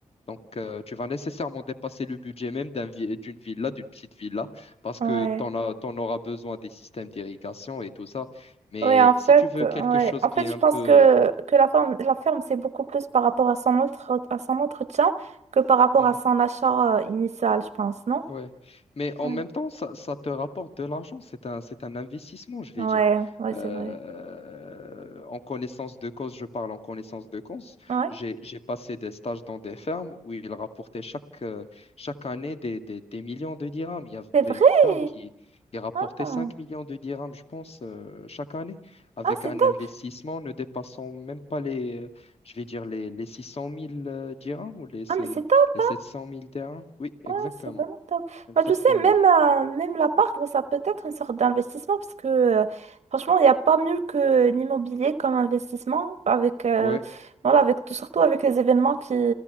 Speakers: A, on the left (about 50°); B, on the right (about 60°).
A: donc euh, tu vas nécessairement dépasser le budget même d'un vi- d'une villa, d'une petite villa, parce
B: ouais.
A: que tu en as, t'en auras besoin des systèmes d'irrigation et tout ça. Mais
B: Ouais, en fait,
A: si tu veux
B: ouais.
A: quelque chose
B: En
A: qui
B: fait,
A: est un
B: je pense
A: peu...
B: que, que la ferme, la ferme, c'est beaucoup plus par rapport à son entre- à son entretien que par rapport
A: hmm,
B: à son achat euh, initial, je pense, non?
A: Ouais, mais en
B: Ouais,
A: même temps, ça, ça te rapporte de l'argent. C'est un, c'est un investissement, je vais
B: ouais,
A: dire.
B: ouais,
A: Euh,
B: c'est vrai.
A: en connaissance de cause, je parle en connaissance de cause.
B: Ouais,
A: J'ai, j'ai passé des stages dans des fermes où ils rapportaient chaque, euh, chaque année des, des, des millions de dirhams. Il y avait
B: c'est vrai.
A: une ferme qui, qui rapportait
B: Ah,
A: 5 millions de dirhams, je pense, euh, chaque année, avec
B: ah c'est
A: un
B: top.
A: investissement ne dépassant même pas les, euh, je vais dire, les, les 600 000 euh, dirhams ou les,
B: Ah, mais c'est top.
A: les sept cent mille dirhams. Oui, exactement.
B: Ouais, c'est vraiment top.
A: Exactement.
B: Bah, tu sais, même, euh, même l'appart, bah, ça peut être une sorte d'investissement parce que euh, franchement, il n'y a pas mieux que l'immobilier comme investissement avec, euh,
A: Ouais,
B: voilà, avec tout, surtout avec les événements qui,